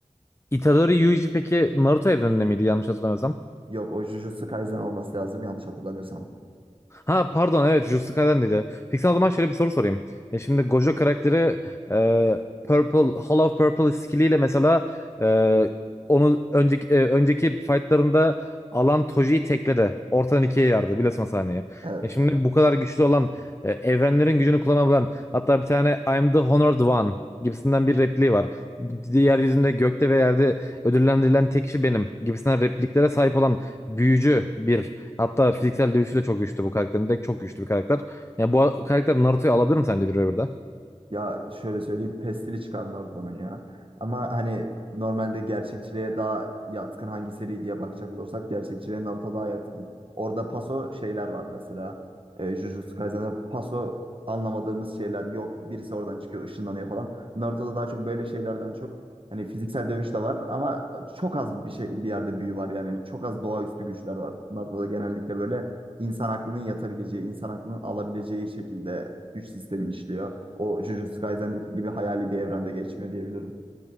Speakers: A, on the left (about 20°); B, on the right (about 45°).
A: Itadori Yuji peki Naruto evreninde miydi yanlış hatırlamıyorsam?
B: Yok o Jujutsu Kaisen olması lazım yanlış hatırlamıyorsam.
A: Ha pardon evet Jujutsu Kaisen'deydi. Peki sana o zaman şöyle bir soru sorayım. Ya şimdi Gojo karakteri e, Purple, Hall of Purple skilliyle mesela e, onu önceki e, önceki fightlarında alan Toji'yi tekledi. Ortadan ikiye yardı biliyorsun o sahneyi.
B: Evet.
A: Ya şimdi bu kadar güçlü olan e, evrenlerin gücünü kullanabilen hatta bir tane I'm the Honored One gibisinden bir repliği var. Yeryüzünde gökte ve yerde ödüllendirilen tek kişi benim gibisinden repliklere sahip olan büyücü bir Hatta fiziksel dövüşü de çok güçlü bu karakterin. Direkt çok güçlü bir karakter. Yani bu karakter Naruto'yu alabilir mi sence bir revirde?
B: Ya şöyle söyleyeyim pestili çıkar Naruto'nun ya. Ama hani normalde gerçekçiliğe daha yatkın hangi seri diye bakacak olursak gerçekçiliğe Naruto daha yatkın. Orada paso şeyler var mesela. E, Jujutsu Kaisen'de paso anlamadığımız şeyler yok. Birisi oradan çıkıyor ışınlanıyor falan. Naruto'da daha çok böyle şeylerden çok hani fiziksel dövüş de var ama çok az bir şey bir yerde büyü var yani. Çok az doğaüstü güçler var. Naruto'da genellikle böyle insan aklının yatabileceği, insan aklının alabileceği şekilde güç sistemi işliyor. O Jujutsu Kaisen'deki gibi hayali bir evrende geçmiyor diyebilirim.